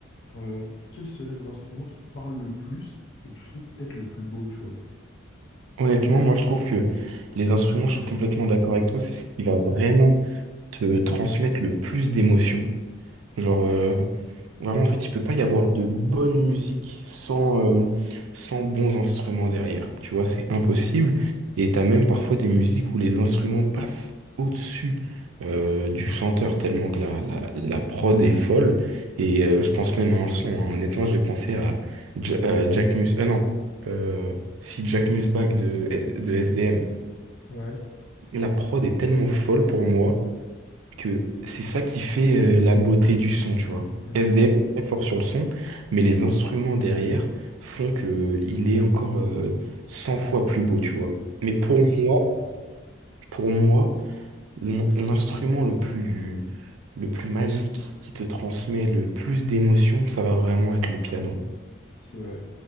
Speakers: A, on the left (about 65°); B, on the right (about 85°).
A: enfin, quel serait l'instrument qui te parle le plus et que tu trouves peut-être le plus beau, tu vois?
B: Honnêtement, moi je trouve que les instruments, je suis complètement d'accord avec toi, c'est ce qui va vraiment te transmettre le plus d'émotions. Genre, euh, Vraiment, en fait, il peut pas y avoir de bonne musique sans, euh, sans bons instruments derrière. Tu vois, c'est impossible.
A: Ouais,
B: Et t'as même parfois des musiques où les instruments passent au-dessus euh, du chanteur, tellement que la, la, la prod est folle. Et euh, je pense même à un son. hein. Honnêtement, je vais penser à Ja- euh, Jack Mus... Euh, non. Euh, si Jack Musbach de, de S D M,
A: Ouais,
B: La prod est tellement folle pour moi que c'est ça qui fait euh, la beauté du son, tu vois.
A: ok.
B: S SDM est très fort sur le son, mais les instruments derrière font que il est encore euh, 100 fois plus beau, tu vois. Mais
A: Ouais,
B: pour
A: je vois ce que
B: moi,
A: tu veux dire.
B: pour moi, l'in- l'instrument le plus le plus magique qui te transmet le plus d'émotions, ça va vraiment être le piano.
A: C'est vrai.